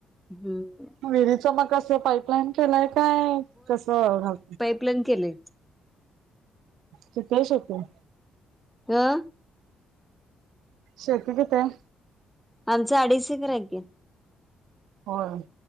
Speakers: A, in the centre; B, on the right.
A: हम्म.
B: विहिरीच मग असं पाईपलाईन केलंय काय कसं घाल
A: प्लेन केलय.
B: किताय शेती?
A: <unintelligible>
B: शेती किती हाय?
A: आमचं अडीच एकर हाय की
B: होय.